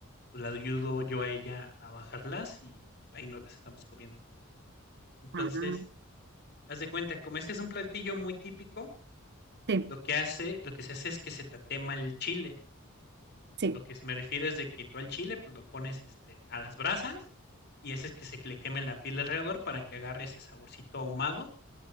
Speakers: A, on the left (about 55°); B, on the right (about 55°).
A: pues la ayudo yo a ella a bajarlas y ahí no las estamos comiendo. Entonces,
B: ah,
A: haz de cuenta, como este es un platillo muy típico,
B: sí,
A: lo que hace, lo que se hace es que se tatema el chile.
B: sí.
A: Lo que se me refiere es de que tú al chile, pues lo pones este, a las brasas y ese es que se le queme la piel alrededor para que agarre ese saborcito ahumado